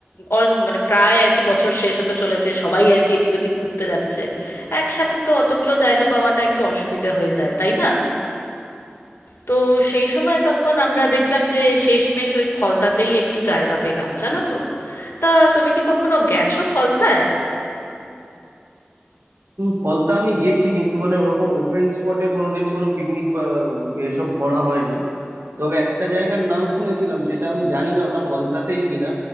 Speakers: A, on the left; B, on the right.
A: অল মানে প্রায় আর কি বছর শেষ হতে চলেছে সবাই আর কি এদিক ওদিক ঘুরতে যাচ্ছে একসাথে তো অতগুলো জায়গা পাওয়াটা একটু অসুবিধে হয়ে যায় তাই না তো সেই সময় তখন আমরা দেখলাম যে শেষমেশ ওই ফলতাতেই একটু জায়গা পেলাম জানো তো তা তুমি কি কখনো গেছো ফলতায়
B: উম, ফলতা আমি গেছি কিন্তু মানে ওরকম ওপেন স্পটে কোনোদিন কোনো পিকনিক বা এসব করা হয়নি তবে একটা জায়গার নাম শুনেছিলাম সেটা আমি জানি না ওটা ফলতাতেই কিনা